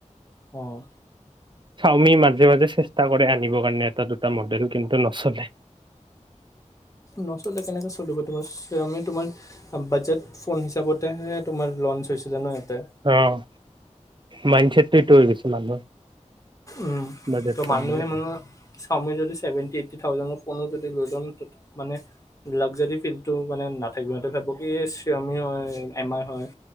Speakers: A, on the left; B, on the right.
A: অ'!
B: চাওমি মাজে মাজে চেষ্টা কৰে আনিবৰ কাৰণে এটা দুটা মডেল! কিন্তু নচলে।
A: নচলে কেনেকৈ চলিব তোমাৰ চাওমি তোমাৰ বাজেট ফোন হিচাপতহে তোমাৰ লঞ্চ হৈছে জানো ইয়াতে।
B: অ', মাইন্ড চেট সেইটো হৈ গৈছে মানুহৰ।
A: উম,
B: বাজেট
A: ত'
B: কম
A: মানুহে
B: বুলি
A: মানুহৰ চাওমি যদি চেভেন্টি এইট্টি থাউজেন্ডৰ ফোনও যদি <unintelligible> মানে লাগজাৰী ফিল্ডটো মানে নাথাকিব। ইহঁতে ভাবিব কি ছাওমি হয় এম আই হয়।